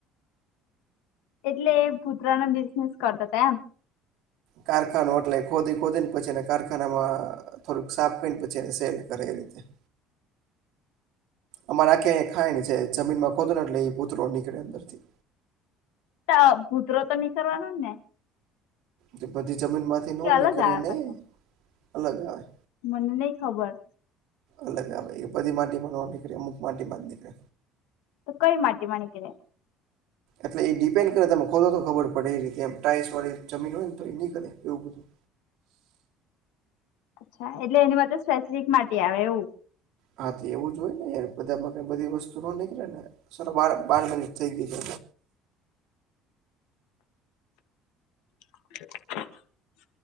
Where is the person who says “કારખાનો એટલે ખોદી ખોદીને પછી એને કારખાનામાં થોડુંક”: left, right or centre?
Right